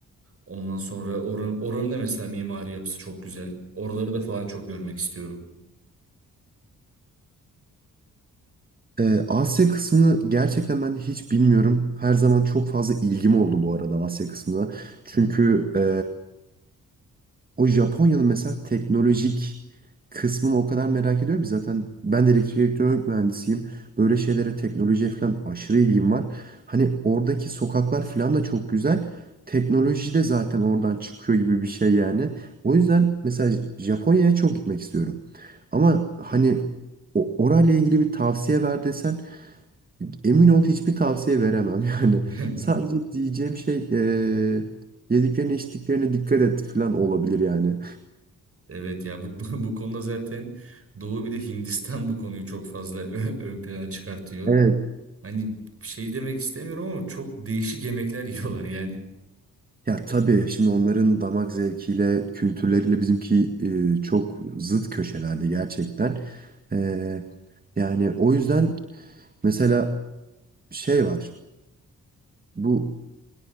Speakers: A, on the right (about 45°); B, on the right (about 30°).
A: Ondan sonra oranın, oranın da mesela mimari yapısı çok güzel. Oraları da falan çok görmek istiyorum.
B: Ee, Asya kısmını gerçekten ben hiç bilmiyorum. Her zaman çok fazla ilgim oldu bu arada Asya kısmına. Çünkü
A: Hı.
B: e, o Japonya'nın mesela teknolojik kısmını o kadar merak ediyorum ki zaten ben de elektrik elektronik mühendisiyim. Böyle şeylere teknolojiye falan aşırı ilgim var. Hani oradaki sokaklar falan da çok güzel. Teknoloji de zaten oradan çıkıyor gibi bir şey yani. O yüzden mesela Japonya'ya çok gitmek istiyorum. Ama hani o- orayla ilgili bir tavsiye ver desen Emin ol hiçbir tavsiye veremem <laughs> yani.
A: <laughs>
B: Sadece diyeceğim şey eee yediklerine içtiklerine dikkat et falan olabilir yani.
A: Evet ya bu, bu, bu konuda zaten Doğu bir de Hindistan bu konuyu çok fazla <laughs> ö- ön plana çıkartıyor.
B: Evet.
A: Hani bir şey demek istemiyorum ama çok değişik yemekler <laughs> yiyorlar yani.
B: Ya tabii şimdi onların damak zevkiyle, kültürleriyle bizimki eee, çok zıt köşelerde gerçekten. Eee, yani o yüzden mesela şey var. Bu